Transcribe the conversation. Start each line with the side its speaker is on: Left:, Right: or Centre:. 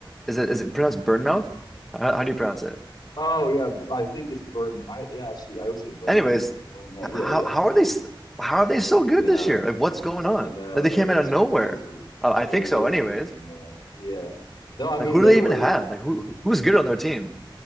Centre: is it is it pronounced Burnmouth? How, how do you pronounce it?
Left: Oh yeah, I think it's Burn. I yeah, actually, I would say Burn
Centre: Anyways,
Left: Myth.
Centre: h-
Left: Burn Myth.
Centre: how
Left: Yeah, yeah.
Centre: how are they s- how are they so
Left: I
Centre: good
Left: know.
Centre: this year? Like, what's going
Left: I
Centre: on?
Left: know.
Centre: Like, they came
Left: It's
Centre: out of nowhere.
Left: crazy.
Centre: Uh, I
Left: They
Centre: think
Left: really
Centre: so, anyways.
Left: didn't even know it. Yeah. No, I mean
Centre: Like, who
Left: they
Centre: do they
Left: were,
Centre: even have? Like, who who's good on their team?